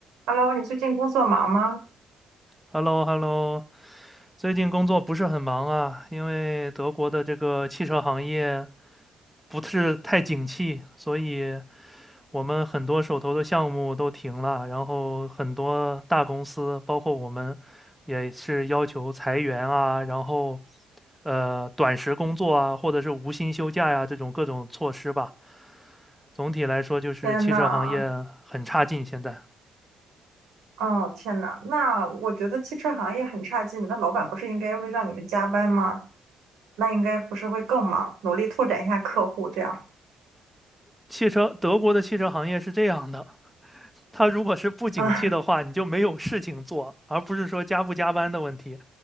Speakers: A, on the right (about 85°); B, in the centre.
A: Hello，你最近工作忙吗？
B: h e l l o h e l l o 最近工作不是很忙啊，因为德国的这个汽车行业不是太景气，所以我们很多手头的项目都停了，然后很多大公司，包括我们，也是要求裁员啊，然后呃短时工作啊，或者是无薪休假呀，这种各种措施吧。总体来说，就是汽车行业很差劲。
A: 天呐，
B: 现在
A: 哦天呐，那我觉得汽车行业很差劲，那老板不是应该会让你们加班吗？那应该不是会更忙，努力拓展一下客户，这样。
B: 汽车，德国的汽车行业是这样的，他如果是不景气的话，
A: <laughs> 嗯
B: 你就没有事情做，而不是说加不加班的问题。